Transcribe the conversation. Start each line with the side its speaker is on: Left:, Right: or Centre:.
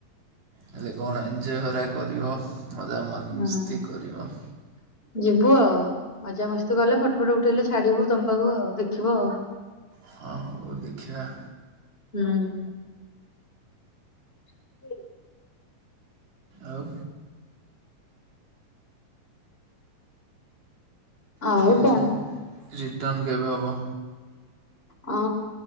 Right: ହେଲେ କଣ ଏଞଜୟ ହେରା କରିବ ମଜାମସ୍ତି
Left: ହୁଁ।
Right: କରିବ।
Left: ଯିବୁ ଆଉ। ମଜା ମସ୍ତି କଲେ ଫଟୋ ଫଟ ଉଠେଇଲେ ଛାଡିବୁ ତମ ପାଖକୁ ଆଉ ଦେଖିବ ଆଉ।
Right: ହଁ ହୋଉ ଦେଖିବା।
Left: ହୁଁ। <unintelligible>
Right: ଆଉ।
Left: ଆଉ
Right: ଫିର୍
Left: କଣ?
Right: ରିଟର୍ଣ୍ଣ କେବେ ହବ?
Left: ହଁ